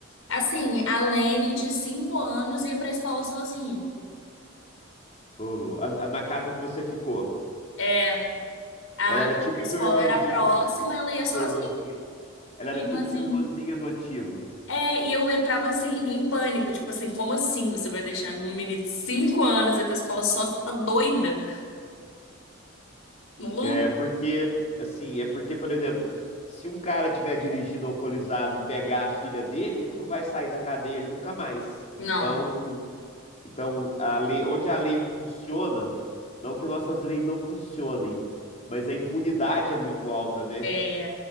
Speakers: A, on the left; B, on the left.
A: assim, a Lene de 5 anos ia pra escola sozinha.
B: Ô, Lu- a- a- na casa que você ficou.
A: É, a,
B: Ela era
A: a
B: tipo
A: escola
B: sua irmãzinha.
A: era próxima, ela ia
B: Sua
A: sozinha,
B: irmãzinha. Ela
A: minha
B: era tipo
A: irmãzinha.
B: sua irmãzinha adotiva.
A: É, e eu entrava assim, em pânico, tipo assim, como assim você vai deixar um menino de 5 anos ir pra escola sozinha? Tá doida? Maluco?
B: É porque, assim, é porque, por exemplo, se um cara tiver dirigindo alcoolizado e pegar a filha dele, ele não vai sair da cadeia nunca mais. Então,
A: Não.
B: então a lei, onde a lei funciona, não que nossas leis não funcionem, mas a impunidade é muito alta, né?
A: é,